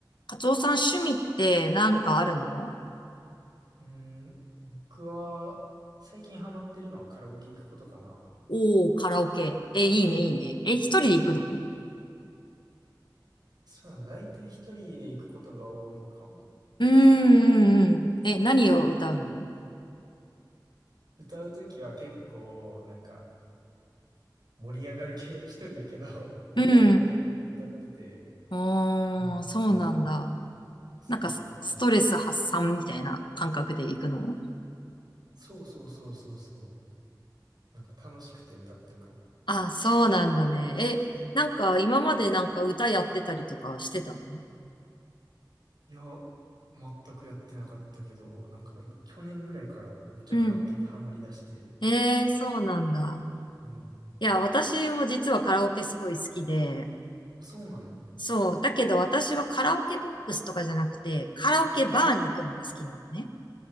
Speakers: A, on the left; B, on the right.
A: カツオさん趣味ってなんかあるの
B: うーん、僕は最近ハマってるのはカラオケ行くことかな。
A: おー、カラオケ。え、いいね、いいね。え、一人で行くの
B: そうなの、だいたい一人で行くことが多いかも。
A: うーん、うん、うん。え、何を歌うの
B: 歌うときは結構、なんか、盛り上がる系、<laughs> 一人やけど、盛り上がる系を歌ってて、
A: うん。おー、
B: うんあ、
A: そうなんだ。
B: そうやな。
A: なんかス、ストレス発散みたいな感覚で行くの
B: そうそうそうそうそう。なんか楽しくて歌ってるかも。
A: あ、そうなんだね。え、なんか今までなんか歌やってたりとかしてたの
B: いや、全くやってなかったけど、なんかい去年ぐらいからめっちゃカラオケにハマりだして。
A: うん。えー、そうなんだ。
B: うん。
A: いや、私も実はカラオケすごい好きで、
B: そうなんや。
A: そう。だけど私はカラオケボックスとかじゃなくて、カラオケバーに行くのが好きなのね。
B: うん